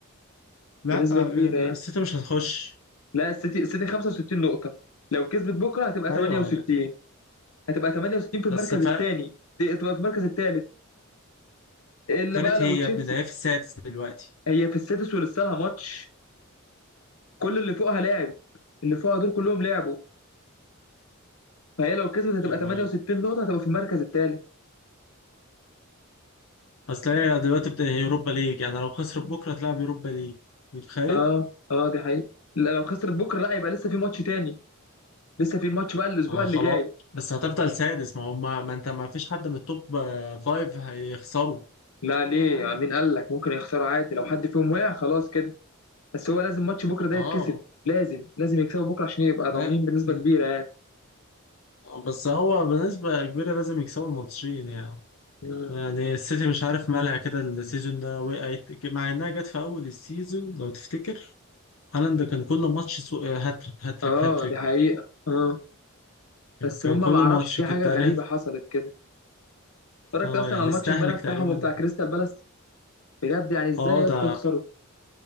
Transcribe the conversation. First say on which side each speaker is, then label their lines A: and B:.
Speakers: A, on the left; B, on the left.
A: لا
B: بنسبة
A: آه،
B: كبيرة يعني
A: السيتي مش هتخش
B: لا السيتي السيتي 65 نقطة لو كسبت بكرة هتبقى
A: ايوه
B: 68
A: لا
B: هتبقى 68 في المركز
A: بس ف
B: الثاني تبقى في المركز الثالث الا
A: ابتدت
B: بقى لو
A: هي
B: تشيلسي
A: يا ابني ده هي في السادس دلوقتي
B: هي في السادس ولسه لها ماتش كل اللي فوقها لاعب اللي فوقها دول كلهم لعبوا فهي لو كسبت هتبقى
A: ايوه
B: 68
A: ايوه
B: نقطة هتبقى في المركز الثالث
A: اصل هي دلوقتي بت- هي اوروبا ليج يعني لو خسرت بكره تلعب اوروبا ليج متخيل؟
B: اه اه دي حقيقة لا لو خسرت بكرة لا يبقى لسه في ماتش تاني لسه في ماتش بقى الأسبوع
A: اه
B: اللي
A: خلاص
B: جاي
A: بس هتفضل سادس ما هم ما انت ما فيش حد من التوب آه، فايف هيخسروا
B: لا ليه يعني مين قال لك ممكن يخسروا عادي لو حد فيهم وقع خلاص كده بس هو لازم ماتش بكرة ده
A: اه
B: يتكسب لازم لازم يكسبوا بكرة عشان يبقى
A: لا
B: ضامنين بنسبة
A: م-
B: كبيرة يعني
A: بس هو بنسبة كبيرة لازم يكسبوا الماتشين يعني
B: مم.
A: يعني السيتي مش عارف مالها كده السيزون ده وقعت مع انها جت في اول السيزون لو تفتكر هالاند كان كل ماتش سو... هاتريك هاتريك
B: اه
A: هاتريك
B: دي حقيقة اه بس
A: كان
B: هما
A: كل
B: ما اعرفش
A: ماتش
B: في
A: كده
B: حاجة
A: تعرف
B: غريبة حصلت كده اتفرجت
A: اه
B: أصلا
A: يعني
B: على الماتش
A: استهلك
B: امبارح بتاعهم
A: تقريبا
B: وبتاع كريستال بالاس بجد يعني ازاي
A: اه
B: يا اسطى
A: ده
B: يخسروا